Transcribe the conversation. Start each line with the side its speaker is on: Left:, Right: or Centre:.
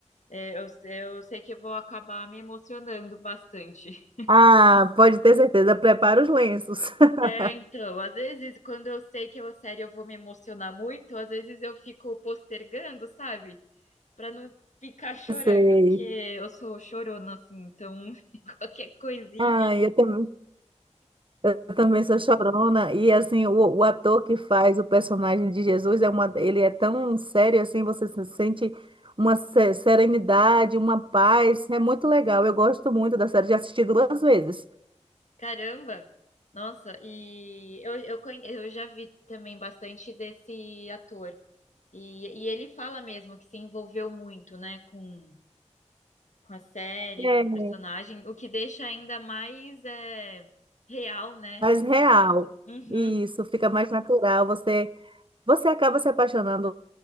Left: É, eu, eu sei que eu vou acabar me emocionando bastante. <laughs>
Right: Ah, pode ter certeza, prepara os lenços. <laughs>
Left: É, então, às vezes, quando eu sei que é uma série eu vou me emocionar muito, às vezes eu fico postergando, sabe? Pra não ficar chorando,
Right: Eu sei.
Left: porque eu sou chorona, assim, então <laughs> qualquer coisinha.
Right: Ah, eu também. Eu também sou chorona e assim o, o ator que faz o personagem de Jesus é uma ele é tão sério assim você se sente uma se- serenidade uma paz é muito legal eu gosto muito da série já assisti duas vezes
Left: Caramba! Nossa, e eu, eu, conhe- eu já vi também bastante desse ator. E, e ele fala mesmo que se envolveu muito, né, com, com a série,
Right: é
Left: com o personagem, o que deixa ainda mais é, real, né?
Right: mais real
Left: Uhum.
Right: isso fica mais natural você você acaba se apaixonando